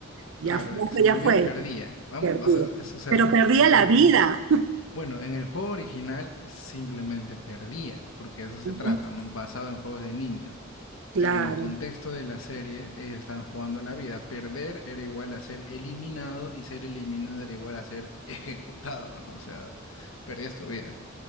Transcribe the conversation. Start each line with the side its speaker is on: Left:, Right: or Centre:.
Right: ya
Left: claro,
Right: fue,
Left: el que se movía
Right: ya fue,
Left: perdía. Vam-
Right: perdía.
Left: o sea, es- o sea,
Right: Pero perdía
Left: en
Right: la
Left: el,
Right: vida.
Left: en- bueno, en el juego original simplemente perdía, porque de eso se
Right: Ujú.
Left: trata, ¿no? Basado en juegos de niños.
Right: Claro.
Left: Pero en el contexto de la serie, ellos están jugando la vida. Perder era igual a ser eliminado y ser eliminado era igual a ser ejecutado, ¿no? O sea, perdías tu vida.